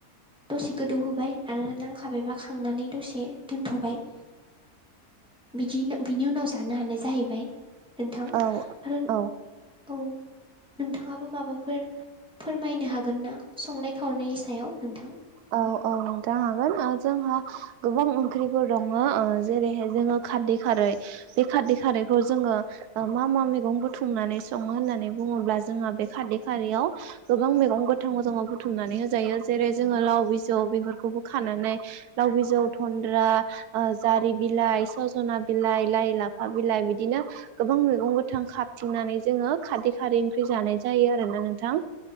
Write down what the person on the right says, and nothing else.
औ औ
औ-औ नोंथां हागोन। ओ जोंहा गोबां ओंख्रिफोर दङ जेरैहाय जोङो। खारदै खारै बे खारदै खारैखौ जोङो मा मा मैगं बुथुमनानै सङो होननानै बुङोब्ला जोंहा बे खारदै खारैयाव गोबां मैगं गोथां गोजाङाव बुथुमनानै होजायो जेरै जोङो लाव बिजौ बेफोरखौबो खानानै लाव बिजौ थनन्द्रा। ओ जारि बिलाइ सजना बिलाइ लाइ लाफा बिलाइ बिदिनो गोबां मैगं गोथां खाबथिंनानै जोङो खारदै खारै ओंख्रि जानाय जायो आरोना नोंथां।